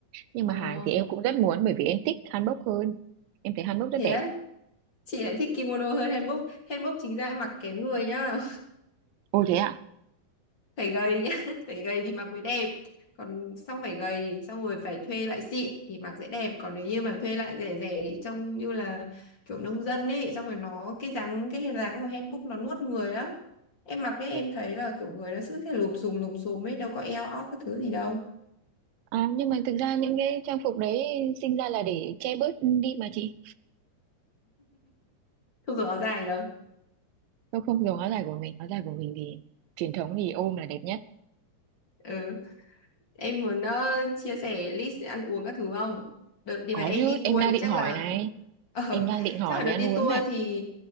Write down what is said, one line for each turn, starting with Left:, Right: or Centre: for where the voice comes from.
Right: nhưng
Left: ờ,
Right: mà hàng thì em cũng rất muốn bởi vì em thích hanbok hơn em thấy hanbok rất
Left: thế
Right: đẹp
Left: á, chị lại thích kimono hơn hanbok. Hanbok chính ra mặc kén người nhá.
Right: Ồ thế ạ?
Left: phải gầy nhá <laughs> phải gầy thì mặc mới đẹp còn xong phải gầy xong rồi phải thuê lại xịn thì mặc sẽ đẹp còn nếu như mà thuê lại rẻ rẻ thì trông như là kiểu nông dân ấy xong rồi nó cái dáng cái hình dáng của handbook nó nuốt người lắm em mặc ấy
Right: nhưng,
Left: em thấy là kiểu người nó cứ thế lùm xùm lùm xùm ấy đâu có eo óc cái thứ gì đâu
Right: à, nhưng mà thực ra những cái trang phục đấy sinh ra là để che bớt đi mà chị
Left: không dùng áo dài đâu
Right: tôi không dùng áo dài của mình áo dài của mình thì truyền thống thì ôm là đẹp nhất
Left: ừ Em muốn ờ, chia sẻ list ăn uống các thứ không? Đợt đi
Right: có
Left: mà em
Right: chứ
Left: đi
Right: em
Left: tour
Right: đang
Left: thì
Right: định
Left: chắc
Right: hỏi
Left: là
Right: này
Left: cũng ờ,
Right: em đang
Left: <laughs>
Right: định hỏi
Left: chắc là
Right: về
Left: đợt
Right: ăn
Left: đi tour
Right: uống này
Left: thì